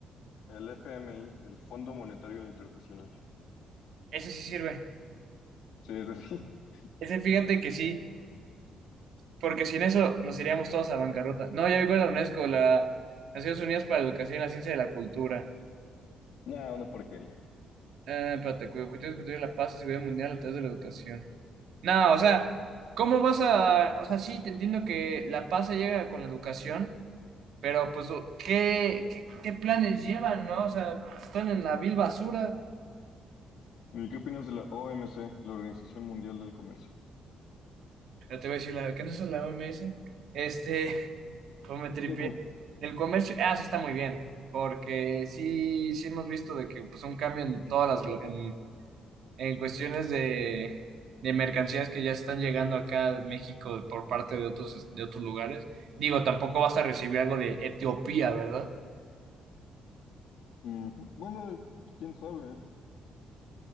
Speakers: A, on the left (about 70°); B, on the right (about 70°).
A: El FMI, el Fondo Monetario Internacional.
B: ese sí sirve.
A: Sí, es así. <laughs>
B: Ese fíjate que sí, porque sin eso nos iríamos todos a bancarrota. No, ya me acuerdo de la UNESCO, la Naciones Unidas para la Educación y la Ciencia de la Cultura.
A: Nah, una porquería.
B: Eh, espérate, cuyo objetivo es discutir la paz y seguridad mundial a través de la educación. No, o sea, ¿cómo vas a...? O sea, sí, te entiendo que la paz se llega con la educación, pero pues, ¿qué, qué, qué planes llevan, no? O sea, están en la vil basura.
A: ¿Y qué opinas de la OMC, la Organización Mundial del Comercio?
B: Ya te voy a decir, la, ¿qué no es la OMS? Este... Pues me tripié.
A: <laughs>
B: Del comercio, ah, eso está muy bien, porque sí, sí hemos visto de que pues un cambio en todas las, glo- en, en cuestiones de, de mercancías que ya están llegando acá a México por parte de otros, de otros lugares. Digo, tampoco vas a recibir algo de Etiopía, ¿verdad?
A: Ujú. Bueno, quién sabe.